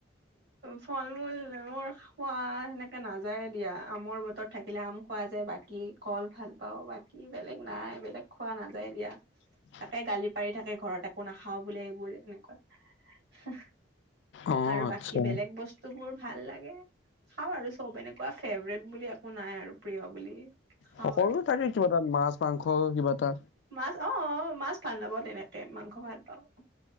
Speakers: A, on the right (about 55°); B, on the left (about 65°).
A: ফল মূল মোৰ খোৱা সেনেকে নাযায়ে দিয়া আমৰ বতৰত থাকিলে আম খোৱা যায় বাকী কল ভাল পাওঁ বা কি বেলেগ নাই বেলেগ খোৱা নাযায় দিয়া
B: <inaudible>
A: তাকে গালি পাৰি থাকে ঘৰত একো নাখাওঁ বোলে সেইবোৰে এনেকুৱা
B: অ
A: আৰু বাকী
B: আচ্ছা
A: বেলেগ বস্তু বোৰ ভাল লাগে খাওঁ আৰু চব এনেকুৱা ফেভৰেট বুলি একো নাই আৰু প্ৰিয় বুলি খাওঁ
B: সকলো
A: আৰু
B: থাকে, কিবা এটা মাছ মাংস কিবা এটা
A: মাছ অ' মাছ ভাল নাপাওঁ তেনেকে, মাংস ভাল পাওঁ।